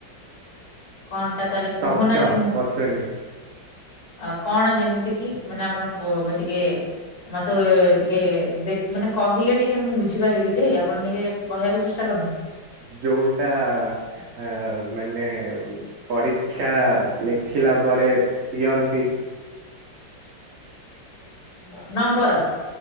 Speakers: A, on the left; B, on the right.
A: କଣ ଟା ତା ହେଲେ
B: ଶବ୍ଦ
A: କହୁନାହାନ୍ତି ମୁଁ
B: ପଶୁନି
A: ଆ କଣ ଯେମିତିକି ମାନେ ଆପଣ କ ଟିକେ ମତେ ଟିକେ ଦେ ମାନେ କହିଲେ ଟିକେ ମୁଁ ବୁଝିପାରିବି ଯେ ଆପଣ ଟିକେ କହିବାକୁ ଚେଷ୍ଟା କରନୁ।
B: ଯୋଉଟା ଆ ମାନେ ପରୀକ୍ଷା ଲେଖିଲା ପରେ ଦିଅନ୍ତି
A: ଅ ନମ୍ବର